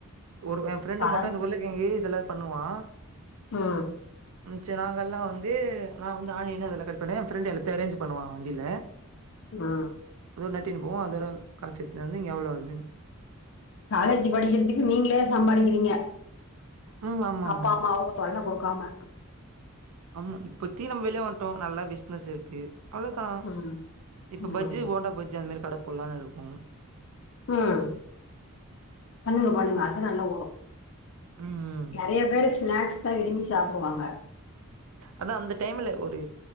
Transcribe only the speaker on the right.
ஒரு ஏ ஃப்ரென்டு
மட்டு இந்த ஊர்லே இவ் ஏ இதெல்லா பண்ணுவா
ம் ச நாங்கெல்லா வந்து நா வந்து ஆணியன்னு அதலா கட் பண்ணே ஏ ஃப்ரெண்டு எல்லாத்தையு அரேஞ் பண்ணுவா வண்டியில <inaudible>
அது ஒரு நட்டின்னு போவோ அதோட காசுத்துந்து எவ்ளோ வருதுனு
ம் ஆமா
ஆமா
ஆமா இப்பத்தி நம்ம வெளிய வந்துட்டோ நல்ல பிசினஸ் இருக்கு அவ்வளோதா
இப்ப
பஜ்ஜி போண்டா பஜ்ஜி அந்த மாரி கட போடலான்னு இருக்கும்
ம்
ம்
அதா அந்த டைம்ல ஒரு